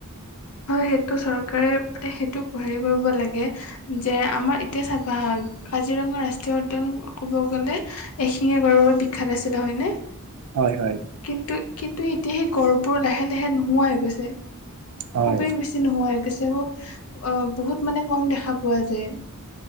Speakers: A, on the left; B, on the right.
A: হয় সেইটো চৰকাৰে এ সেইটো হেৰি কৰিব লাগে যে আমাৰ এতিয়া চাব হা কাজিৰঙা ৰাষ্ট্ৰীয় উদ্যান ক'ব গ'লে এশিঙীয়া গড়ৰ বিখ্যাত আছিলে হয়নে?
B: হয় হয়।
A: কিন্তু কিন্তু এতিয়া সেই গড়বোৰ লাহে লাহে নোহোৱাই হৈ গৈছে।
B: হয়
A: খুবেই বেছি নোহোৱা গৈছে খুব বহুত মানে কম দেখা পোৱা যায়।